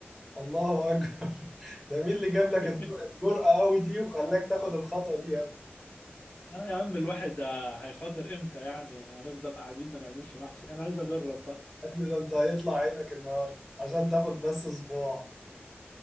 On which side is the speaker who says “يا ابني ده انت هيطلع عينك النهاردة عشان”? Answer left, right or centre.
Centre